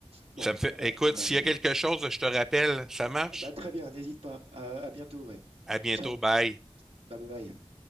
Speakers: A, on the right; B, in the centre.
A: Bon,
B: Ça me fait. Écoute,
A: euh, voilà.
B: s'il y a quelque chose, je te rappelle. Ça marche?
A: Bah, très bien, n'hésite pas. À, à bientôt, ouais.
B: À bientôt.
A: Ciao,
B: Bye.
A: bye bye.